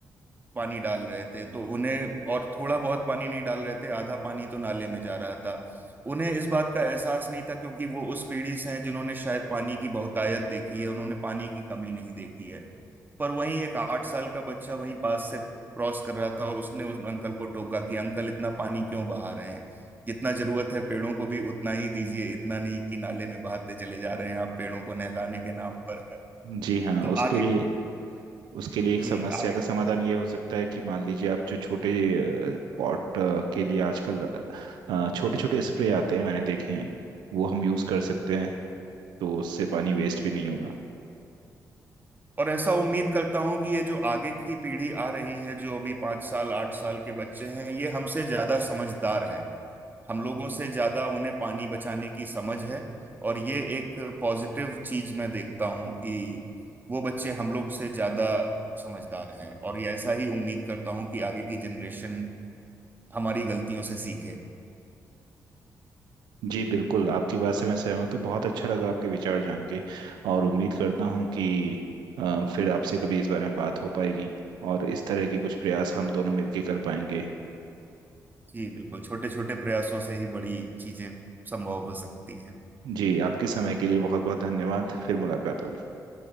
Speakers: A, on the right; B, on the right.
A: पानी डाल रहे थे तो उन्हें और थोड़ा बहुत पानी नहीं डाल रहे थे आधा पानी तो नाले में जा रहा था उन्हें इस बात का एहसास नहीं था क्योंकि वो उस पीढ़ी से हैं जिन्होंने शायद पानी की बहुतायत देखी है उन्होंने पानी की कमी नहीं देखी है पर वहीं एक आठ साल का बच्चा वहीं पास से क्रॉस कर रहा था और उसने उस अंकल को टोका कि अंकल इतना पानी क्यों बहा रहे हैं जितना जरूरत है पेड़ों को भी उतना ही दीजिए इतना नहीं कि नाले में बहाते चले जा रहे हैं आप पेड़ों को नहलाने के नाम पर
B: जी हाँ
A: तो आगे
B: उसके लिए उसके लिए एक
A: जी
B: समस्या
A: आगे
B: का समाधान ये हो सकता है कि मान लीजिए आप जो छोटे पॉट के लिए आजकल छोटे छोटे स्प्रे आते हैं मैंने देखे हैं वो हम यूज़ कर सकते हैं तो उससे पानी वेस्ट भी नहीं होगा
A: और ऐसा उम्मीद करता हूं कि ये जो आगे की पीढ़ी आ रही है जो अभी पाँच साल आठ साल के बच्चे हैं ये हमसे ज्यादा समझदार हैं हम लोगों से ज्यादा उन्हें पानी बचाने की समझ है और ये एक पॉजिटिव चीज मैं देखता हूं कि वो बच्चे हम लोग से ज्यादा समझदार हैं और ये ऐसा ही उम्मीद करता हूं कि आगे की जनरेशन हमारी गलतियों से सीखे
B: जी बिल्कुल आपकी बात से मैं सहमत हूँ बहुत अच्छा लगा आपके विचार जान के और उम्मीद करता हूँ कि अ, फिर आपसे कभी इस बारे में बात हो पाएगी और इस तरह के कुछ प्रयास हम दोनों मिलकर कर पाएंगे
A: जी बिल्कुल छोटे छोटे प्रयासों से ही बड़ी चीजें संभव हो सकती हैं
B: जी आपके समय के लिए बहुत बहुत धन्यवाद फिर मुलाकात होगी